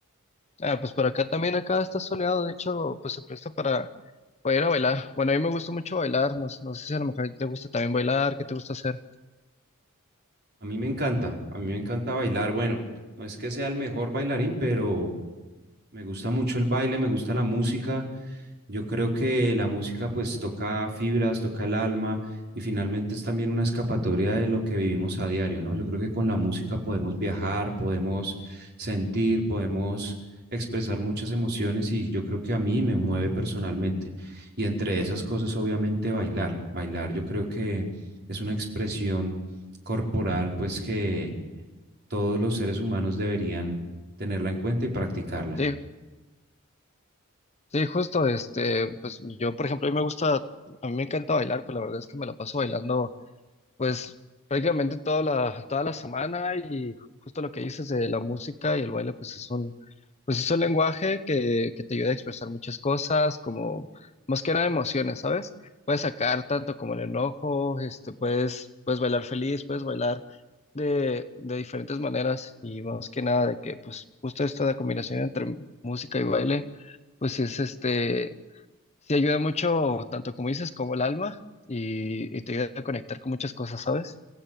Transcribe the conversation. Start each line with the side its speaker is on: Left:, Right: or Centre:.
Left: Ah, pues por acá también, acá está soleado, de hecho, pues se presta para, para ir a bailar. Bueno, a mí me gusta mucho bailar, no, no sé si a lo mejor te gusta también bailar, ¿qué te gusta hacer?
Right: A mí me encanta, a mí me encanta bailar. Bueno, no es que sea el mejor bailarín, pero me gusta mucho el baile, me gusta la música. Yo creo que la música pues toca fibras, toca el alma y finalmente es también una escapatoria de lo que vivimos a diario, ¿no? Yo creo que con la música podemos viajar, podemos sentir, podemos expresar muchas emociones y yo creo que a mí me mueve personalmente. Y entre esas cosas obviamente bailar, bailar yo creo que es una expresión corporal pues que todos los seres humanos deberían tenerla en cuenta y practicarla.
Left: Sí, sí, justo, este, pues yo, por ejemplo, a mí me gusta, a mí me encanta bailar, pero la verdad es que me la paso bailando Pues prácticamente toda la, toda la semana y ju- justo lo que dices de la música y el baile, pues es un, pues es un lenguaje que, que te ayuda a expresar muchas cosas, como más que nada emociones, ¿sabes? Puedes sacar tanto como el enojo, este, puedes, puedes bailar feliz, puedes bailar de, de diferentes maneras y más que nada de que pues justo esta combinación entre música y baile, pues es este Sí, ayuda mucho, tanto como dices, como el alma, y, y te ayuda a conectar con muchas cosas, ¿sabes?